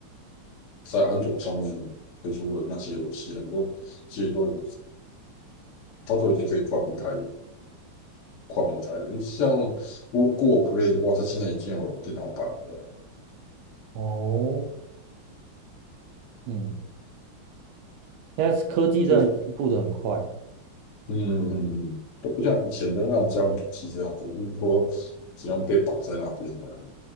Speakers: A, on the left; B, on the right.
A: 在安卓上面推出的那些游戏，很多其实都它都已经可以跨平台跨平台了，像不过 Play 的话，它现在已经有电脑版的了
B: 哦，嗯，现在科技真的进步的很快。
A: 就是。嗯嗯嗯，都不像以前的那种江湖气这样子，就是说只要被绑在那边而已。